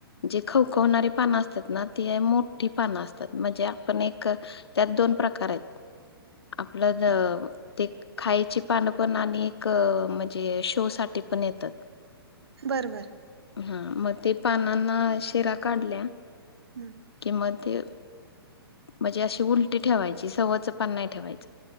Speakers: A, on the left; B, on the right.
A: जी खवखवणारी पानं असत्यात ना, ती मोठ्ठी पानं असतात, म्हणजे आपण एक त्यात दोन प्रकार आहेत, आपलं ज
B: हा
A: ते खायची पानं पन, आनि एक म्हजे शो साठी पन येतात.
B: बरं बरं.
A: हा मग ते पानांना शिरा काढल्या.
B: हम्म.
A: कि मते. म्हणजे अशी उलटी ठेवायची सवचं पान नाही ठेवायचं